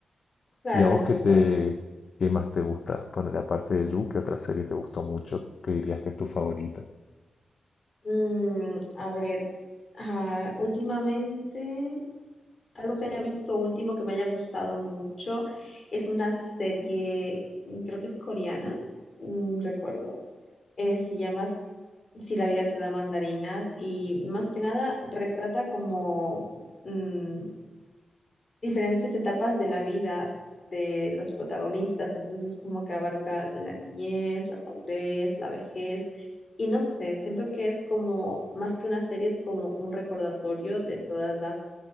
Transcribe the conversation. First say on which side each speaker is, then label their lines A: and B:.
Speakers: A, on the left (about 35°); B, on the left (about 55°).
A: Claro,
B: ¿Y a vos
A: es
B: qué
A: verdad.
B: te, qué más te gusta? Poner aparte de You, ¿qué otra serie te gustó mucho? ¿Qué dirías que es tu favorita?
A: Mm, a ver, ah, últimamente, algo que haya visto último que me haya gustado mucho es una serie, mm, creo que es coreana, mm, recuerdo. Eh, se llama Si la vida te da mandarinas y más que nada retrata como mm, diferentes etapas de la vida de los protagonistas, entonces como que abarca la niñez, la madurez, la vejez, y no sé, siento que es como, más que una serie, es como un recordatorio de todas las